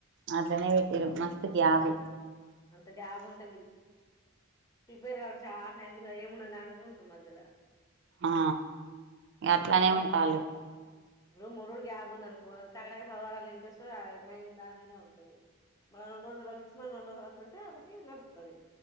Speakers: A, on the right; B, on the left.
A: అట్లనే పెట్టారు మస్తు గ్యాప్
B: అంత గ్యాప్ ఉంటే ప్రిపేర్ కా చా టైం ఏ ఉన్నదా మద్దల
A: ఆ అట్లనే
B: ఎమ్మటెమ్మటే
A: ఇగ ఉంటల్లు
B: ఇప్పుడు మూడు రోజులు గ్యాబ్ ఉంది అకో తగడా చదవాలని ఇంట్రెస్ట్ మైం దాంట్నే ఉంటది మళ్ళ రెండు రోజులళు ఇచ్చి మళ్ళీ రెండు రోజుల తర్వాత పెడితే ఒకటి నడుతది